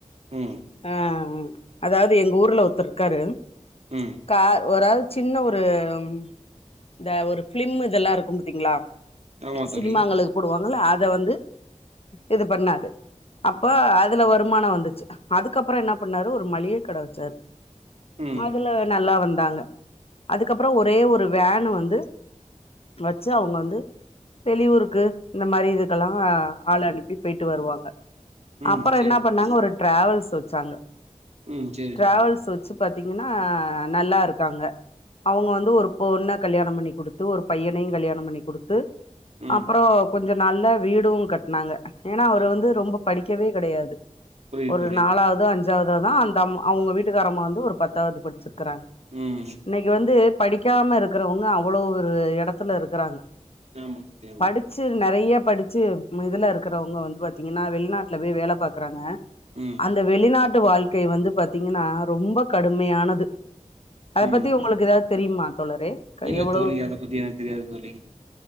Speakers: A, on the right; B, on the left.
A: ம்
B: ஆ ம் அதாது எங்க ஊர்ல ஒருத்தர் இருக்காரு
A: ம்
B: கா <unintelligible> சின்ன ஒரு ம் இந்த ஒரு பிலிம் இதெல்லா இருக்கும் பாத்தீங்கிளா
A: ஆமா
B: சினிமாங்களுக்கு
A: தோழி
B: போடுவாங்கல்ல அத வந்து இது பண்ணாரு அப்ப அதுல வருமானம் வந்துச்சு அதுக்கப்றோ என்ன பண்ணாரு ஒரு மளிகை கடை வச்சாரு
A: ம்
B: அதுல நல்லா வந் துடங்க அதுக்கப்றோ ஒரே ஒரு வேன் வந்து வச்சு அவுங்க வந்து வெளியூருக்கு இந்த மாரி இதுக்கெல்லா ஆள் அனுப்பி பேய்ட்டு வருவாங்க
A: ம்
B: அப்றோ
A: சேரி
B: என்ன பண்ணாங்க
A: தோழி
B: ஒரு டிராவல்ஸ் வச்சாங்க
A: ம் சேரி
B: டிராவல்ஸ்
A: தோழி
B: வச்சு பாத்தீங்கன்னா நல்லா இருக்காங்க அவுங்க வந்து ஒரு பொண்ண கல்யாணம் பண்ணி குடுத்து ஒரு பையனை கல்யாணம் பண்ணி குடு த்து
A: ம்
B: அப்றோ கொஞ்சம் நல்லா வீடும் கட்டுனாங்க ஏன்னா அவரு
A: ம்
B: வந்து ரொம்ப படி க்கவே கிடையாது
A: புரியுது
B: ஒரு
A: தோழி
B: நாலாது அஞ்சு இததானா அந்த அம்மா அவங்க வீட்டுக்காரமா வந்து ஒரு பத் அததுபட் ருக்கறாங்
A: ம்
B: இன்னைக்கு வந்து க்காம இருக்கிறவங்க அவ்ளோ ஒரு இடத்துல இருக்கிறாங்க
A: ஆமா தோழி ஆமா
B: படிச்சது நெறைய படிச்சு இதுல இருக்கறவங்க வந்து பாத்தீங்கன்னா வெளிநாட்டுல போய் வேல பாக்குறாங்க
A: ம்
B: அந்த வெளிநாட் டு வாழ்க்கை வந்து பாத்தீங்கன்னா ரொம்ப கடுமையானது அதை
A: ம்
B: பத்தி உங்களுக்கு ஏதாவது தெரியுமா தோழரே க-
A: இல்ல
B: எவ்வளவு
A: தோழி அத பத்தி எனக்கு தெரியாது தோழி